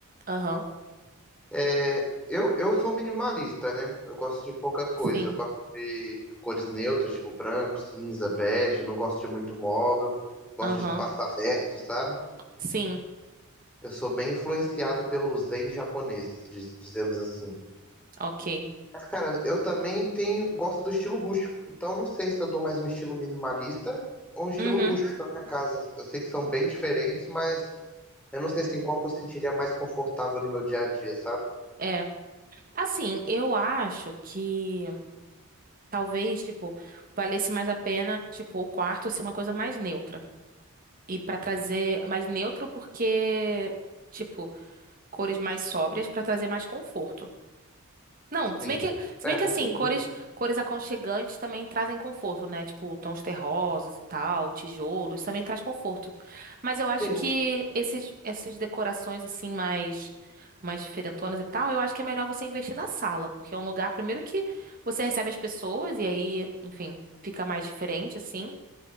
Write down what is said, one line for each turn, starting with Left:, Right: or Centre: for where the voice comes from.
Right: aham,
Centre: É, eu, eu sou minimalista, né? Eu gosto de pouca coisa.
Right: sim,
Centre: Eu gosto de cores neutras, tipo branco, cinza, bege. Não gosto de muito móvel. Gosto
Right: aham,
Centre: de espaço aberto, sabe?
Right: sim,
Centre: Eu sou bem influenciado pelo zen japonês, diz- dizemos assim.
Right: ok.
Centre: Mas, cara, eu também tenho, gosto do estilo rústico. Então, eu não sei se eu dou mais um estilo minimalista ou um estilo
Right: Uhum,
Centre: rústico pra minha casa. Eu sei que são bem diferentes, mas eu não sei assim, qual que eu sentiria mais confortável no meu dia a dia, sabe?
Right: é. Assim, eu acho que. Talvez, tipo, valesse mais a pena, tipo, o quarto ser uma coisa mais neutra. E pra trazer mais neutro porque, tipo, cores mais sóbrias pra trazer mais conforto. Não, se
Centre: Sim.
Right: bem que, se
Centre: É,
Right: bem que
Centre: faz
Right: assim,
Centre: sentido.
Right: cores, cores aconchegantes também trazem conforto, né? Tipo, tons terrosos e tal, tijolo, isso também traz conforto. Mas eu acho
Centre: Sim.
Right: que esses, essas decorações assim mais mais diferentonas e tal, eu acho que é melhor você investir na sala, porque é um lugar primeiro que você recebe as pessoas e aí, enfim, fica mais diferente assim.